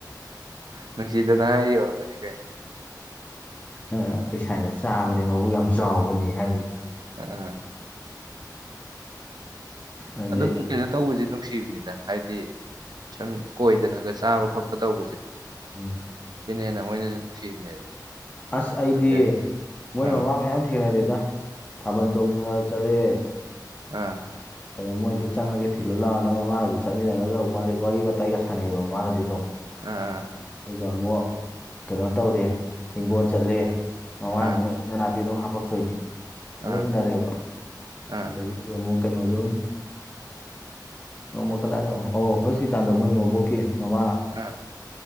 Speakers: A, on the right (about 65°); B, on the left (about 20°).
A: ꯅꯨꯡꯁꯤꯗꯅ ꯍꯥꯏꯔꯤ ꯑꯣꯏꯔꯝꯒꯅꯤ ꯀꯩꯅꯣ
B: ꯑ ꯄꯩꯁꯥꯅ ꯆꯥꯕꯅꯦ ꯃꯕꯨꯛ ꯌꯥꯝ ꯆꯥꯎꯕꯅꯦ ꯍꯥꯏ
A: ꯑ
B: ꯑꯗꯨꯗꯩ
A: ꯑꯗꯨꯝ ꯀꯩꯅꯣ ꯇꯧꯕꯁꯦ ꯅꯨꯡꯁꯤꯕꯅꯤꯗ ꯍꯥꯏꯗꯤ ꯁꯨꯝ ꯀꯣꯏꯗꯅꯒ ꯆꯥꯕ ꯈꯣꯠꯄ ꯇꯧꯕꯁꯦ
B: ꯎꯝ
A: ꯁꯤꯅ ꯍꯦꯟꯅ ꯃꯣꯏꯅꯁꯨ ꯅꯨꯡꯁꯤꯕꯅꯦꯕ
B: ꯑꯁ ꯑꯩꯗꯤ
A: ꯑꯗ
B: ꯃꯣꯏ
A: ꯑꯥ
B: ꯃꯃꯥ ꯃꯌꯥꯝ ꯊꯦꯡꯅꯔꯦꯗ ꯊꯥꯕꯜ ꯆꯣꯡꯕ ꯆꯠꯂꯦ
A: ꯑꯥ
B: ꯑꯗꯨꯗ ꯃꯣꯏꯗ ꯆꯪꯉꯒꯦ ꯊꯤꯜꯂꯨ ꯂꯥꯛꯑꯣꯅ ꯃꯃꯥꯗꯨ ꯑꯗꯨ ꯆꯠꯃꯤꯟꯅꯔꯒ ꯋꯥꯔꯤ ꯋꯥꯔꯤ ꯋꯥꯇꯥꯏꯒ ꯁꯥꯟꯅꯩꯌꯦꯕ ꯃꯃꯥꯒꯗꯤ ꯑꯗꯨꯝ
A: ꯑꯥ
B: ꯑꯗꯨꯒ ꯑꯃꯨꯛ ꯀꯩꯅꯣ ꯇꯧꯔꯦ ꯍꯤꯡꯒꯣꯜ ꯆꯠꯂꯦ
A: ꯎꯝ
B: ꯃꯃꯥꯅ
A: ꯑꯥ
B: ꯑꯃꯨꯛ ꯏ ꯅꯥꯄꯤ ꯑꯗꯨꯝ ꯍꯥꯞꯄꯛꯇꯣꯏꯅꯤ
A: ꯑꯥ
B: ꯑꯗꯨꯝ ꯎꯅꯔꯦꯕ
A: ꯑꯥ
B: ꯑꯗꯒꯤꯗꯤ ꯑꯃꯨꯛ ꯀꯩꯅꯣꯁꯨ ꯅꯣꯡꯃ ꯀꯗꯥꯏꯅꯣ ꯑꯣ ꯍꯣꯁꯄꯤꯇꯥꯜꯗ ꯃꯣꯏ ꯃꯕꯣꯛꯀꯤ ꯃꯃꯥ
A: ꯑꯥ